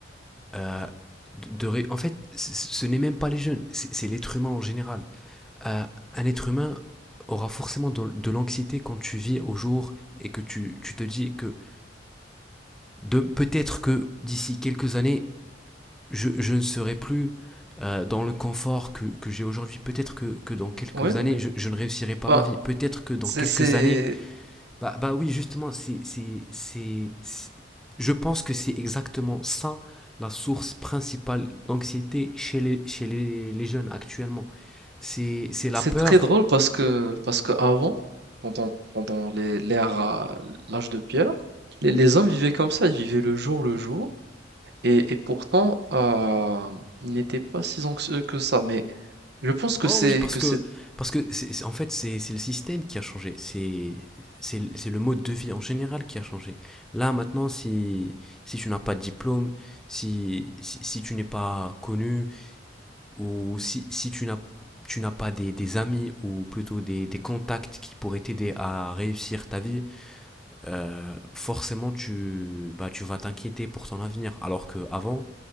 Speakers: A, in the centre; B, on the right (about 60°).
A: euh, de, de ré- En fait, c- ce n'est même pas les jeunes, c'est c'est l'être humain en général. Euh, un être humain aura forcément de, de l'anxiété quand tu vis au jour et que tu, tu te dis que de- peut-être que d'ici quelques années, je, je ne serai plus euh, dans le confort que, que j'ai aujourd'hui. Peut-être que, que dans quelques
B: Oui, oui.
A: années, je, je ne réussirai pas
B: Ben,
A: ma vie. Peut-être que dans
B: c'est
A: quelques
B: c'est
A: années, Bah, bah oui, justement, c'est, c'est, c'est, c'est- je pense que c'est exactement ça la source principale d'anxiété chez les, chez les, les jeunes actuellement. C'est, c'est la
B: C'est
A: peur.
B: très drôle parce que parce que avant, pendant pendant les- l'ère à l'âge de pierre, les, les hommes vivaient comme ça, ils vivaient le jour le jour, et, et pourtant euh, ils n'étaient pas si anxieux que ça. Mais je pense que
A: Oh
B: c'est
A: oui, parce
B: que
A: que,
B: c'est,
A: parce que c'est, c'est- en fait, c'est, c'est le système qui a changé. C'est, c'est, c'est le mode de vie en général qui a changé. Là, maintenant, si, si tu n'as pas de diplôme, si, si, si tu n'es pas connu, ou si, si tu n'as tu n'as pas des, des amis ou plutôt des, des contacts qui pourraient t'aider à réussir ta vie, euh, forcément tu, bah, tu vas t'inquiéter pour ton avenir. Alors qu'avant,